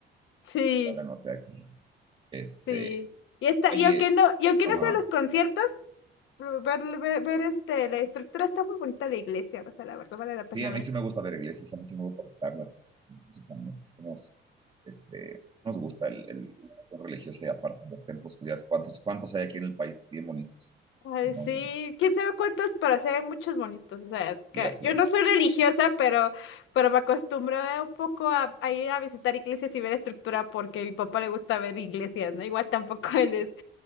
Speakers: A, on the left; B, on the right.
A: Sí,
B: ya la anoté aquí. Este,
A: sí. Y está,
B: oye,
A: y aunque no, y aunque
B: ajá.
A: no sean los conciertos, Pero Ver, ver, ver, este, la estructura está muy bonita la iglesia, o sea, la verdad vale la pena
B: Sí, a mí
A: ver.
B: sí me gusta ver iglesias, a mí sí me gusta visitarlas. Eso también. Somos, este, nos gusta el, el la cuestión religiosa y aparte los templos, pues ya es cuántos, cuántos hay aquí en el país, bien bonitos.
A: Ay,
B: Entonces,
A: sí, quién sabe cuántos, pero sí hay muchos bonitos, o sea,
B: y
A: que-
B: así
A: yo
B: es.
A: no soy religiosa, pero, pero me acostumbro un poco a, a ir a visitar iglesias y ver estructura porque a mi papá le gusta ver iglesias, ¿no? Igual tampoco <laughs> él es